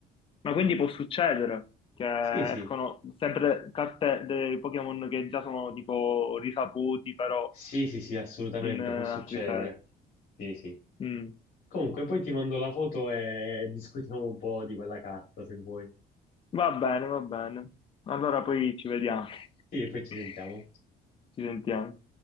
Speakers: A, on the left; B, on the left.
A: Ma quindi può succedere che
B: Sì, sì,
A: escono sempre carte dei Pokémon che già sono tipo risaputi, però
B: sì, sì, sì, assolutamente
A: in eh, altri
B: può succedere.
A: set.
B: Sì, sì.
A: Mm.
B: Comunque poi ti mando la foto e discutiamo un po' di quella carta se vuoi.
A: Va bene, va bene. Allora poi ci vediamo,
B: Sì, e poi ci
A: <laughs>
B: sentiamo.
A: ci sentiamo.